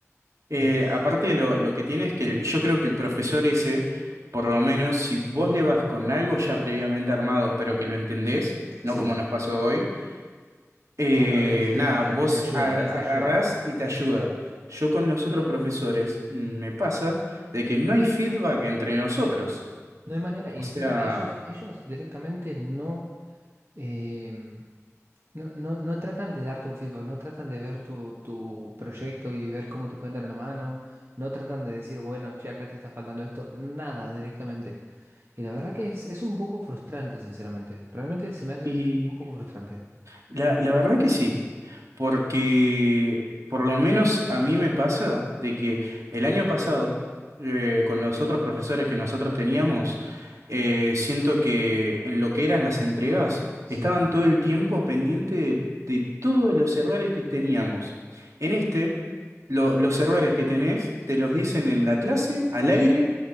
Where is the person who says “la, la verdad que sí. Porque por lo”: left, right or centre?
Right